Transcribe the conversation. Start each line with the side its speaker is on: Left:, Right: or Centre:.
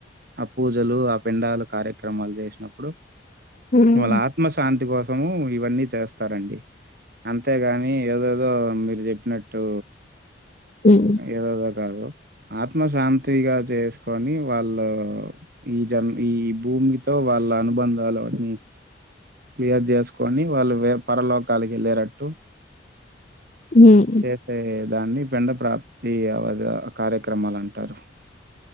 Right: ఆ పూజలు ఆ పిండాలు కార్యక్రమాలు చేస్ ప్పుడు
Left: హ్మ్
Right: వాళ్ళ ఆత్మశాంతి కోసము ఇవన్నీ చేస్తారండి అంతేగాని ఏదోదో మీరు చెప్పినట్టు
Left: హ్మ్
Right: ఏదోదో కాదు ఆత్మశాంతిగా చేసుకొని వాళ్ళు ఈ జన్ ఈ భూ భూమితో వాళ్ళ అనుబంధాలు అన్నీ క్లియర్ జేసుకొని వాళ్ళు వే పరలోకాలకి ఎల్లేరట్టు
Left: హ్మ్
Right: చేసేదాన్ని పిండ ప్రాప్తి అవదు కార్యక్రమాలం టారు